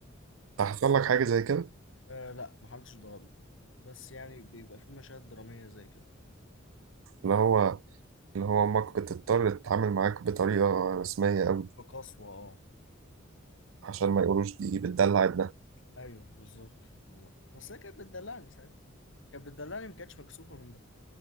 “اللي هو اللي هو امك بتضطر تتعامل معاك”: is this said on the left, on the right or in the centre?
Right